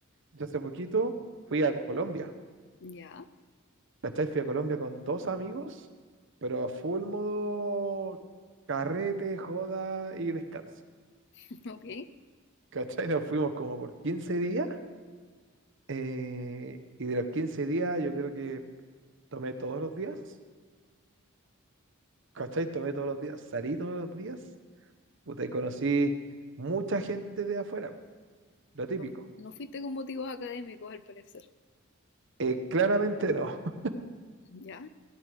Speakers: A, on the right; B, on the left.
A: Yo hace poquito fui a Colombia,
B: Ya,
A: ¿cachai? Fui a Colombia con dos amigos, pero a full modo carrete, joda y descanso.
B: <laughs> ok.
A: ¿Cachai? Nos fuimos como por 15 días, eh, y de los 15 días yo creo que tomé todos los días, ¿cachai? Tomé todos los días, salí todos los días, puta, y conocí mucha gente de afuera. lo típico.
B: No, no fuiste con motivos académicos al parecer.
A: Eh, claramente no, <laughs>
B: Ya,